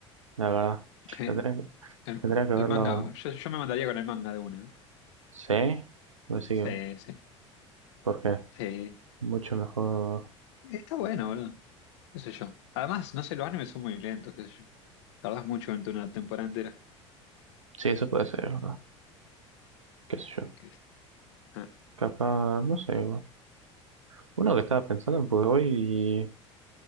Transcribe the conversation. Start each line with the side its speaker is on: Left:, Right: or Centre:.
Right: la verdad.
Left: Je,
Right: Tendré, que-
Left: El,
Right: tendría que verlo.
Left: el manga, yo, yo me mandaría con el manga de una.
Right: ¿Sí? Pues sí,
Left: Sí, sí,
Right: porque
Left: sí.
Right: Mucho mejor.
Left: Está bueno, boludo. Qué sé yo. Además, no sé, los animes son muy lentos, qué sé yo. Tardás mucho en una temporada entera.
Right: Sí, eso puede ser, es ¿verdad? ¿Qué sé yo?
Left: Que es- Ah,
Right: Capaz, no sé. bueno. Uno que estaba pensando, pues hoy